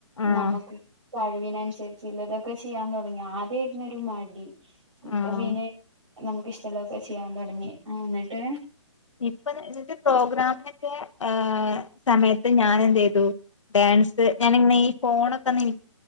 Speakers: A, on the left; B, on the right.
A: ആഹ്
B: നമ്മക്ക് കഴിവിനനുസരിചില്ലതൊക്കെ ചെയ്യാൻ തൊടങ്ങി ആദ്യയിരുന്നൊരു മടി ഇപ്പൊ
A: ആഹ്
B: പിന്നെ നമുക്ക് ഇഷ്ടള്ളൊക്കെ ചെയ്യാൻ തൊടങ്ങി ആഹ് ന്നട്ട്
A: ഇപ്പൊ ന്ന ന്നട്ട് പ്രോഗ്രാമിനൊക്കെ ആ സമയത്ത് ഞാൻ എന്ത്യ്തു ഡാൻസ് ഞാനിങ്ങനെ ഫോണൊക്കെ അന്ന്നി